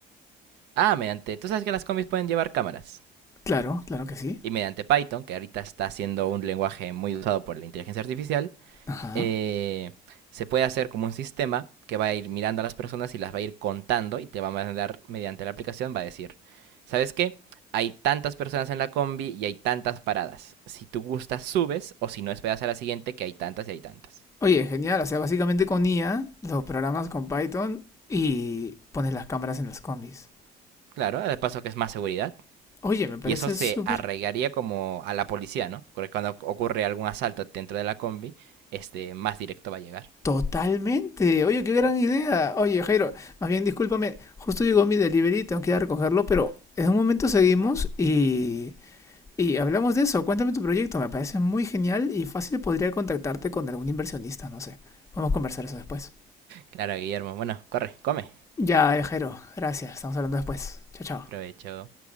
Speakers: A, on the right; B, on the left.
A: Ah, mediante, tú sabes que las combis pueden llevar cámaras.
B: Claro, claro que sí.
A: Y mediante Python, que ahorita está siendo un lenguaje muy usado por la inteligencia artificial,
B: Ajá.
A: eh, se puede hacer como un sistema que va a ir mirando a las personas y las va a ir contando y te va a mandar mediante la aplicación, va a decir, ¿sabes qué? Hay tantas personas en la combi y hay tantas paradas. Si tú gustas, subes o si no, esperas a la siguiente que hay tantas y hay tantas.
B: Oye, genial. O sea, básicamente con IA, los programas con Python y pones las cámaras en los combis.
A: Claro, de paso que es más seguridad.
B: Oye, me parece
A: Y eso se
B: súper
A: arraigaría como a la policía, ¿no? Porque cuando ocurre algún asalto dentro de la combi, este más directo va a llegar.
B: Totalmente. Oye, qué gran idea. Oye, Jairo, más bien discúlpame, justo llegó mi delivery, tengo que ir a recogerlo, pero en un momento seguimos y, y hablamos de eso. Cuéntame tu proyecto, me parece muy genial y fácil podría contactarte con algún inversionista, no sé. Podemos conversar eso después.
A: Claro, Guillermo. Bueno, corre, come.
B: Ya, eh, Jairo, gracias. Estamos hablando después. Chao, chao.
A: Provecho.